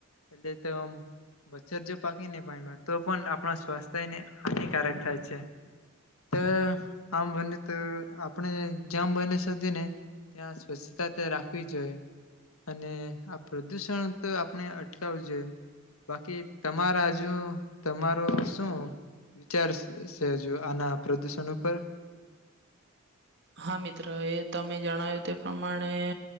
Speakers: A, on the left; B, on the right.
A: એટલે તો આમ મચ્છર જો પાકી ને પાણીમાં તો પણ આપણા સ્વાસ્થ્યને હાનિકારક થાય છે. તો આમ બને તો આપણે જેમ બને સુધીને ત્યાં સ્વચ્છતા તે રાખવી જોઈએ. અને આ પ્રદુષણ તો આપણે અટકાવું જોઈએ. બાકી તમારા હજુ તમારો શું વિચારશે શે હજુ આના પ્રદુષણ ઉપર
B: હા મિત્ર, એ તમે જણાવ્યું તે પ્રમાણે